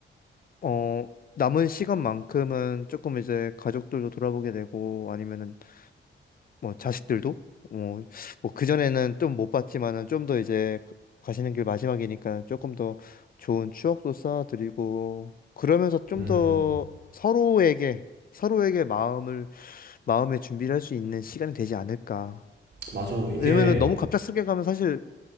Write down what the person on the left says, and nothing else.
어 남은 시간만큼은 조금 이제 가족들도 돌아보게 되고 아니면은 뭐 자식들도 뭐, 뭐 그전에는 좀 못 봤지만은 좀 더 이제 가- 가시는 길 마지막이니까 조금 더 좋은 추억도 쌓아드리고 그러면서 좀
더 서로에게 서로에게 마음을 마음의 준비를 할 수 있는 시간이 되지 않을까.
왜냐면은 너무 갑작스럽게 가면 사실